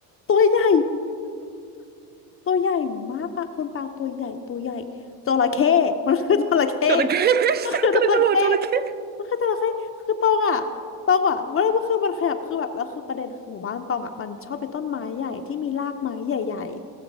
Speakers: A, on the left; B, on the right.
A: ตัวใหญ่ ตัวใหญ่มากปะคนปางตัวใหญ่ตัวใหญ่จระเข้ <laughs> มันคือจระเข้
B: จระเข้
A: มันคือจระเข้
B: <laughs> ก็เลยจะบอกจระเข้
A: มันคือจระเข้คือตองอ่ะตองอ่ะเวลามันคือมันขยับคือแบบแล้วคือประเด็นคือหมู่บ้านตองอ่ะมันชอบเป็นต้นไม้ใหญ่ที่มีรากไม้ใหญ่